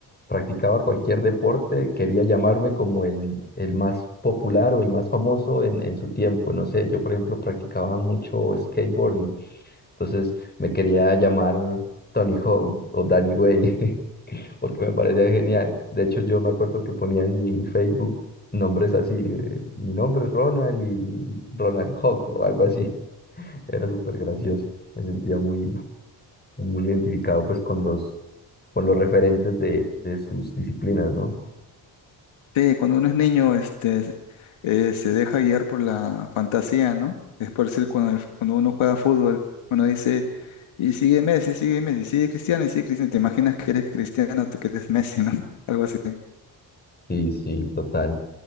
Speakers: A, on the left; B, on the left.
A: practicaba cualquier deporte, quería llamarme como el, el más popular o el más famoso en, en su tiempo. No sé, yo por ejemplo practicaba mucho skateboarding, entonces me quería llamar Tony Hawk o Danny Way, <laughs> porque me parecía genial. De hecho, yo me acuerdo que ponía en mi Facebook nombres así, eh, mi nombre es Ronald y Ronald Hawk o algo así. <laughs> Era súper gracioso, me sentía muy, muy identificado pues con los, con los referentes de, de sus disciplinas, ¿no?
B: Sí, cuando uno es niño este, eh, se deja guiar por la fantasía, ¿no? Es por decir, cuando, el- cuando uno juega fútbol, uno dice, y sigue Messi, sigue Messi, sigue Cristiano, y sigue Cristiano, te imaginas que eres Cristiano, te- que eres Messi, ¿no? <laughs> Algo así.
A: Sí, sí, total.